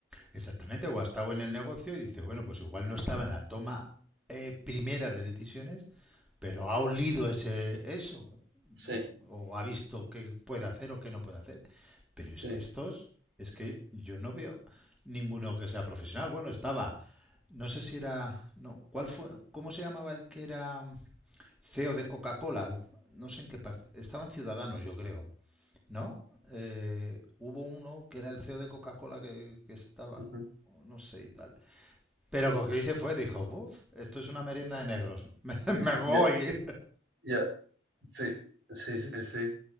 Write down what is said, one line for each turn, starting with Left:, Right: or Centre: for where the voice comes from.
Centre: Exactamente, o ha estado en el negocio y dice, bueno, pues igual no estaba en la toma eh, primera de decisiones, pero ha olido ese, eso,
Right: Sí,
Centre: o ha visto qué puede hacer o qué no puede hacer. Pero es
Right: sí.
Centre: que estos, es que yo no veo ninguno que sea profesional. Bueno, estaba, no sé si era, no, ¿cuál fue? ¿Cómo se llamaba el que era CEO de Coca-Cola? No sé en qué parte, estaban ciudadanos, yo creo, ¿no? Eh, hubo uno que era el CEO de Coca-Cola que, que estaba,
Right: Ujú.
Centre: no no sé y tal. Pero con Coquí se fue, dijo, Buf, esto es una merienda de negros, <laughs> me, me
Right: Ya,
Centre: voy.
Right: uh -huh. ya. Yeah, yeah. Sí, sí, sí, sí.